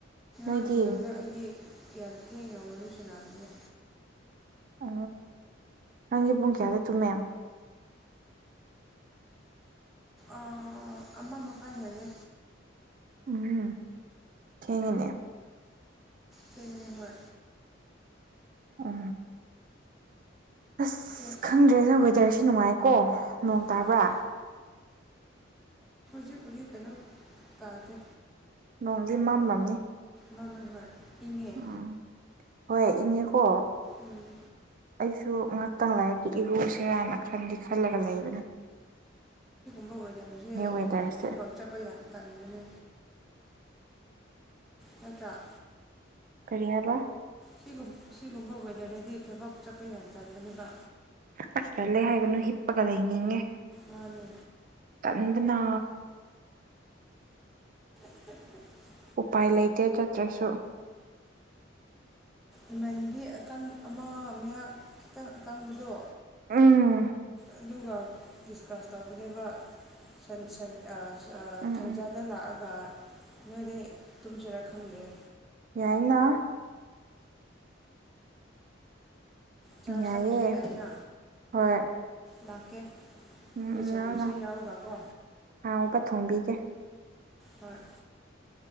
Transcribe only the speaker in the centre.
ꯑꯉꯥꯡ ꯅꯨꯡꯉꯅ ꯑꯩꯒꯤ ꯌꯥꯝ ꯊꯦꯡꯅ ꯋꯥꯔꯤ ꯁꯟꯅꯕꯅ‌ꯦ
ꯑꯥ ꯑꯃ ꯃꯈꯥ ꯍꯦꯜꯂꯦ
ꯐꯦꯡꯅꯤꯍꯔ
ꯊꯦꯡ
ꯅꯨꯡꯉꯥꯏꯌꯦ
ꯄꯨꯂꯤ ꯀꯩꯅꯣ ꯇꯥꯗꯦ
ꯃꯥꯅ ꯍꯣꯏ ꯏꯪꯉꯦ
ꯎꯝ
ꯏꯃꯧ ꯂꯧꯏꯗꯕꯁ‌ꯦ
ꯊꯕꯛ ꯆꯠꯄ ꯌꯥꯝ ꯇꯟꯕꯅꯤ ꯇꯠꯇ
ꯁꯤꯒꯨꯝ ꯁꯤꯒꯨꯝꯕ ꯋꯦꯗꯔꯗꯗꯤ ꯊꯕꯛ ꯆꯠꯄ ꯌꯥꯝ ꯇꯟꯗꯅꯦꯕ
ꯃꯥꯅꯦ
<unintelligible>
ꯏꯃꯟꯕꯤ ꯑꯀꯪ ꯑꯃ ꯃꯌꯥ ꯈꯤꯇꯪ ꯑꯀꯪꯕꯗꯣ
ꯑꯗꯨꯒ ꯗꯤꯁꯀꯁ ꯇꯧꯕꯅꯦꯅꯕ ꯁꯟ ꯁꯟ
ꯊꯖꯟ
ꯗ ꯂꯥꯛꯑꯒ ꯅꯣꯏꯗ ꯍꯦꯛ ꯇꯨꯝꯁꯤꯔ ꯈꯪꯗ‌ꯦ
ꯆꯥꯔꯁ
ꯆꯠꯄꯁꯨ ꯌꯥꯏꯅ
ꯂꯥꯛꯀꯦ
<unintelligible>
ꯁꯥꯔꯕꯤꯁ
ꯁꯨ ꯌꯥꯎꯔꯒ ꯀꯣ
ꯍꯣꯏ